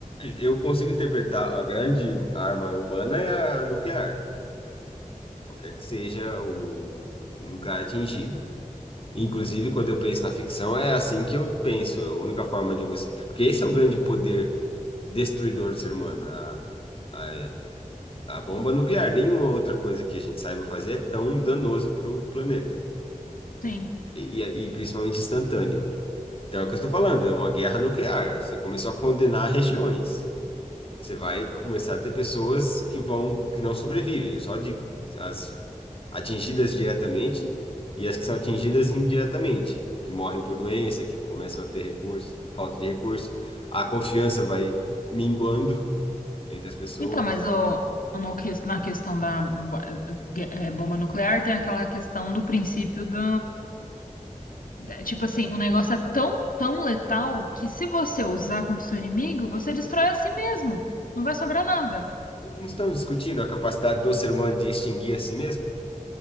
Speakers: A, on the left; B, on the left.
A: Eu consigo interpretar a grande arma humana é a nuclear, qualquer que seja o, o lugar atingido. Inclusive, quando eu penso na ficção, é assim que eu penso. É A única forma de você. Porque esse é o grande poder destruidor do ser humano, a, a, a bomba nuclear. Nenhuma outra coisa que a gente saiba fazer é tão danoso para o planeta,
B: Sim.
A: e, e e principalmente instantâneo. Então, é o que eu estou falando, é uma guerra nuclear. Você começou a condenar regiões. Você vai começar a ter pessoas que vão, que não sobrevivem, só de as atingidas diretamente e as que são atingidas indiretamente, que morrem por doença, que começam a ter recurso, falta de recurso. A confiança vai minguando entre as pessoas.
B: Então, mas o, no que- na questão da bo- eh, bomba nuclear tem aquela questão do princípio do, da- tipo assim, o negócio é tão, tão letal que se você usar contra o seu inimigo, você destrói a si mesmo. Não vai sobrar nada.
A: E Não estamos discutindo a capacidade do ser humano de extinguir a si mesmo.